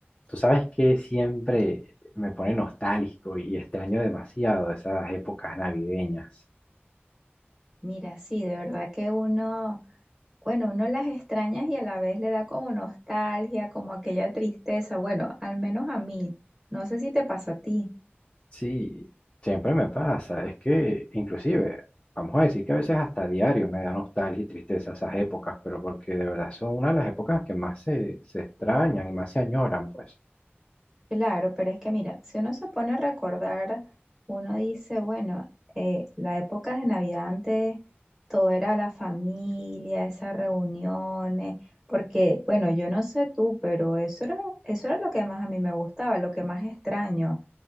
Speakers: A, on the left; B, in the centre.
A: Tú sabes que siempre me pone nostálgico y extraño demasiado esas épocas navideñas.
B: Mira, sí, de verdad que uno, bueno, uno las extrañas y a la vez le da como nostalgia, como aquella tristeza. Bueno, al menos a mí. No sé si te pasa a ti.
A: Sí, siempre me pasa. Es que inclusive, vamos a decir que a veces hasta diario me da nostalgia y tristeza esas épocas, pero porque de verdad son una de las épocas que más se, se extrañan y más se añoran, pues.
B: Claro, pero es que mira, si uno se pone a recordar, uno dice, bueno, eh, la época de Navidad antes, todo era la familia, esas reuniones, porque, bueno, yo no sé tú, pero eso era, eso era lo que más a mí me gustaba, lo que más extraño.